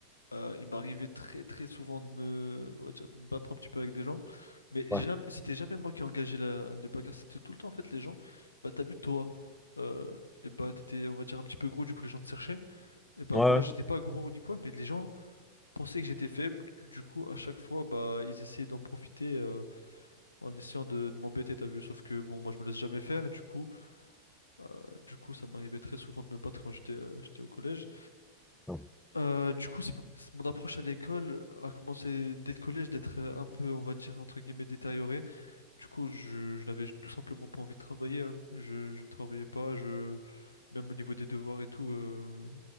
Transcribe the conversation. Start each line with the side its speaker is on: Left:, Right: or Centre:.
Left: euh, il m'arrivait très très souvent de me, on va dire, de me battre un petit peu avec des gens. Mais
Centre: Ouais,
Left: jamais, c'était jamais moi qui engageais la, les bagarres, c'était tout le temps en fait les gens. Bah, t'as vu, toi, euh, et bah, t'étais, on va dire, un petit peu gros, du coup, les gens te cherchaient. Et bah,
Centre: ouais,
Left: moi, j'étais
Centre: ouais,
Left: pas gros ni quoi, mais les gens pensaient que j'étais faible. Du coup, à chaque fois, bah, ils essayaient d'en profiter. euh, en essayant de, de m'embêter, t'as vu. Sauf que bon, moi je me laisse jamais faire et du coup, euh, du coup, ça m'arrivait très souvent de me battre quand j'étais euh, j'étais au collège.
Centre: ouais,
Left: Euh, du coup, c'est pour- c'est- mon approche à l'école a commencé dès le collège d'être euh, un peu, on va dire, entre guillemets, détériorée. Du coup, je, je n'avais tout simplement pas envie de travailler. hein. Je, je ne travaillais pas, je... même au niveau des devoirs et tout, euh,